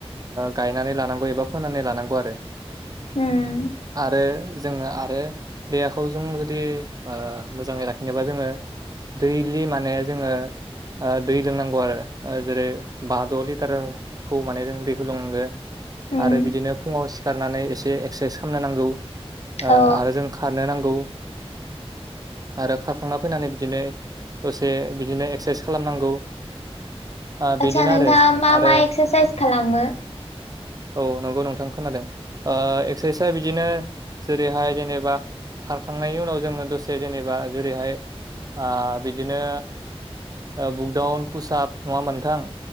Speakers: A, on the right (about 35°); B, on the left (about 80°).
A: गायनानै लानांगौ एबा फोनानै लानांगौ आरो
B: हम
A: आरो जोङो आरो देहाखौ जों जुदि ओ मोजाङै राखिनोबा जोङो दैलि माने जोङो ओ दै लोंनांगौ आरो जेरै बा द' लिटार खौ माने जों दैखौ लोंनांगो
B: उम
A: आरो बिदिनो फुङाव सि खारनानै एसे एक्सारसाइस खालामनो नांगौ आरो
B: औ
A: जों खारनो नांगौ आरो खारखांना फैनानै बिदिनो दसे बिदिनो एक्सारसाइस खालामनांगौ ओ
B: आदसा
A: बिदिनो
B: नोंथाङा
A: आरो
B: मा
A: आरो
B: मा एक्सारसाइस खालामो
A: औ नंगौ नोंथां खोनादों ओ एक्सारसाइआ बिदिनो जेरैहाय जेनेबा खारखांनायनि उनाव जोंङो दसे जेनेबा जेरैहाय ओ बिदिनो ओ बुकदाउन पुसाब नङा होमबा नोंथां